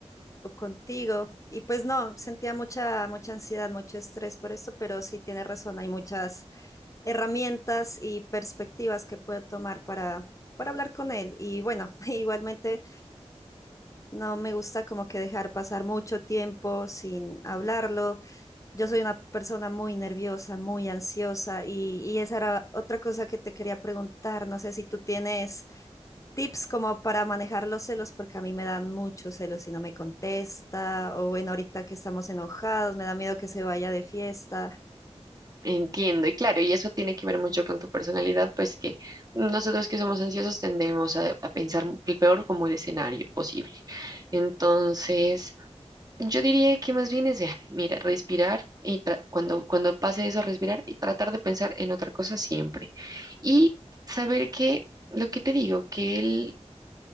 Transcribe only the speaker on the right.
Entiendo, y claro, y eso tiene que ver mucho con tu personalidad, pues que nosotros que somos ansiosos tendemos a, a pensar el peor como el escenario posible. Entonces, yo diría que más bien es, eh, mira, respirar y tra- cuando, cuando pase eso, respirar y tratar de pensar en otra cosa siempre. Y saber que, lo que te digo, que el